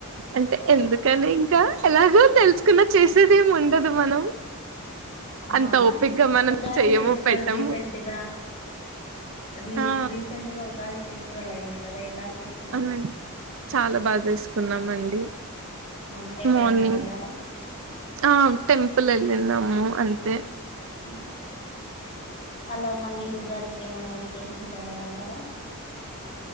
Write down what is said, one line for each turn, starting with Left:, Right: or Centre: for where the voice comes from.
Right: అంటే ఎందుకని ఇంకా ఎలాగో తెలుసు న్నా చేసేది ఏం ఉండదు మనం
Left: అవునా
Right: అంత ఓపిగ్గా మనం
Left: ఉగాది
Right: చెయ్యము
Left: ఫెస్టివల్
Right: పెట్టము
Left: రీసెంట్గా రీ
Right: ఆ
Left: రీసెంట్ గా ఉగాది ఫెస్టివల్ అయింది కదా ఎలా చేసు
Right: అవునం చాలా బాగా చేసుకున్నామండి
Left: అవునా ఎక్కడన్నా
Right: మార్నింగ్
Left: వెళ్ళారా
Right: ఆ టెంపుల్ ఎల్లినమ్ము అంతే
Left: అ అలా మళ్ళీ ఉగాదికేమన్నా వెకషన్స్ అలా వెళ్ళారా